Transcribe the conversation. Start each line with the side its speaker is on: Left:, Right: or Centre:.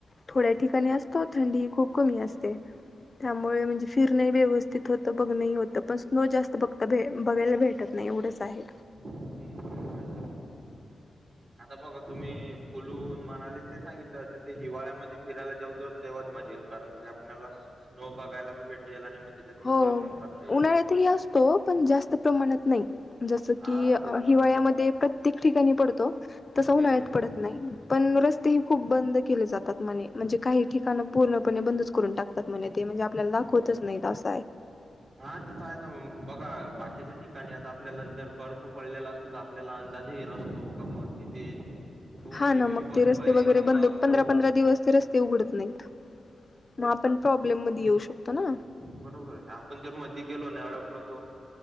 Left: थोड्या
Right: तेच ना
Left: ठिकाणी असतो थंडी खूप कमी असते त्यामुळे म्हणजे फिरण व्यवस्थित होतं बघ नाही होतं पण स्नो जास्त बघता भ बघायला भेटत नाही. नाही एवढच आहे.
Right: हम्म ते तर आहेच. आता बघा तुम्ही कुलून म्हणाले ते सांगितलं तिथे हिवाळ्यामध्ये फिरायला जावत तेव्हा मजा येईल कारण की आपल्याला स्नो बघायला बी भेटेल आणि त्याच्यात
Left: हो
Right: एन्जॉय पण करता येईल
Left: उन्हाळ्यातही असतो पण जास्त प्रमाणात नाही जस
Right: हा
Left: की
Right: ते तर आहे
Left: हिवाळ्यामध्ये प्रत्येक ठिकाणी पडतो तसा उन्हाळ्यात
Right: तेच ना
Left: पडत नाही पण रस्ते खूप बंद केले जातात म्हणे म्हणजे काही ठिकाण पूर्णपणे बंदच करून टाकतात म्ह ते म्हणजे आपल्यालाा होताच नाही अस
Right: हा तेथय ना बघा बाकीच्या ठिकाणी आता आपल्याला जर बर्फ पडलेला असतो तर आपल्याला अंदाजही नसतो का म तिथे तो
Left: हा
Right: हेवी
Left: ना मग
Right: बर्फ
Left: ते रस्ते
Right: आहे
Left: वगैरे
Right: का मग
Left: बंद पंधरा
Right: तो
Left: पंधरा दिवस ते रस्ते उघडत नाहीत. ना आपण प्रॉब्लेम मध्ये येऊ शकतो ना
Right: बरोबर आहे आपण जर मधी गेलो अडकलो तो